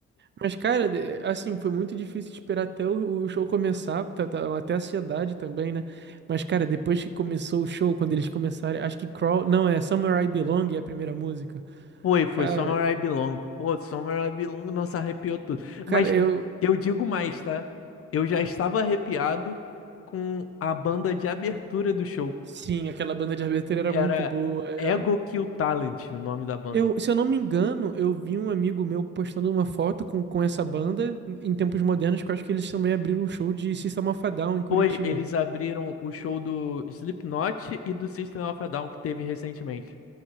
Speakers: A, on the right; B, on the left.
A: Mas, cara, de- assim, foi muito difícil esperar até o, o show começar, tá- tá- até a ansiedade também, né? Mas, cara, depois que começou o show, quando eles começaram, acho que Crawl, não, é Somewhere I Belong é a primeira música.
B: Foi, foi
A: Cara,
B: Somewhere I Belong. Pô, Somewhere I Belong, nossa, arrepiou tudo.
A: cara,
B: Mas
A: eu,
B: eu digo mais, tá? Eu já estava arrepiado com a banda de abertura do show.
A: sim, aquela banda de abertura era
B: Era
A: muito boa, era...
B: Ego Kill Talent, o nome da banda.
A: Eu, se eu não me engano, eu vi um amigo meu postando uma foto com, com essa banda em tempos modernos, que eu acho que eles também abriram um show de System of a Down em Curitiba.
B: Foi, eles abriram o show do Slipknot e do System of a Down que teve recentemente.